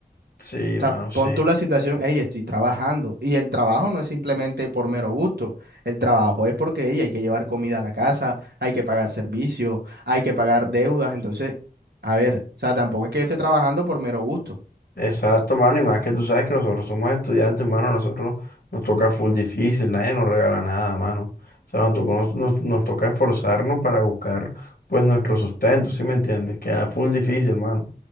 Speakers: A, on the left; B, on the right.
A: Sí,
B: O sea,
A: mano, sí.
B: pon tú la situación, hey, estoy trabajando. Y el trabajo no es simplemente por mero gusto. El trabajo es porque ey, hay que llevar comida a la casa, hay que pagar servicios, hay que pagar deudas. Entonces, a ver, o sea, tampoco es que yo esté trabajando por mero gusto.
A: Exacto, mano, y más que tú sabes que nosotros somos estudiantes, mano, nosotros nos toca full difícil, nadie nos regala nada, mano. O sea, nos tocó- nos, nos- nos toca esforzarnos para buscar, pues, nuestro sustento, ¿sí me entiendes? Queda full difícil, mano.